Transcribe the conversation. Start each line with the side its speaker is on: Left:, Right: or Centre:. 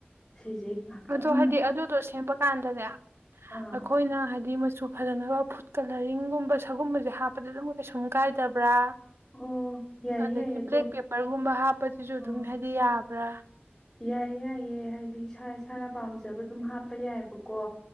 Left: ꯁꯤꯁꯦ ꯉꯥꯛꯇꯪ
Right: ꯑꯗꯣ ꯍꯥꯏꯗꯤ ꯑꯗꯨꯗꯣ ꯁꯦꯝꯕ ꯀꯥꯟꯗꯅꯦ ꯑꯩꯈꯣꯏꯅ
Left: ꯑꯥ
Right: ꯍꯥꯏꯗꯤ ꯁꯨ ꯐꯖꯅꯕ ꯐꯨꯗ ꯀꯂꯔꯤꯡꯒꯨꯝꯕ ꯁꯒꯨꯝꯕꯁꯦ ꯍꯥꯞꯄꯗ ꯑꯗꯨꯝ ꯀꯩꯁꯨꯝ ꯀꯥꯏꯗꯕ꯭ꯔꯥ
Left: ꯑꯣ ꯌꯥꯏꯌꯦ
Right: ꯑꯗꯒꯤ
Left: ꯌꯥꯏꯌꯦ ꯑꯗꯣ
Right: ꯕ꯭ꯂꯦꯛ ꯄꯦꯄꯔꯒꯨꯝꯕ ꯍꯥꯞꯄꯗꯨꯁꯨ ꯑꯗꯨꯝ
Left: ꯑꯥ
Right: ꯍꯥꯏꯗꯤ ꯌꯥꯕ ꯄꯨ꯭ꯔ
Left: ꯌꯥꯏꯌꯦ ꯌꯥꯏꯌꯦ ꯍꯥꯏꯗꯤ ꯏꯁꯥ ꯏꯁꯥꯅ ꯄꯥꯝꯖꯕ ꯑꯗꯨꯝ ꯍꯥꯞꯄ ꯌꯥꯏꯑꯕꯀꯣ